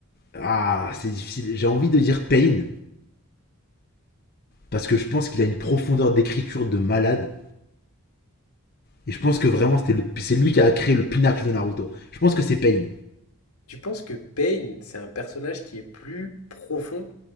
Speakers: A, on the left (about 45°); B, on the left (about 80°).
A: ah, c'est difficile. J'ai envie de dire Pain parce que je pense qu'il a une profondeur d'écriture de malade et je pense que vraiment c'était le c'est lui qui a créé le pinacle de Naruto. Je pense que c'est Pain.
B: Tu penses que Pain, c'est un personnage qui est plus profond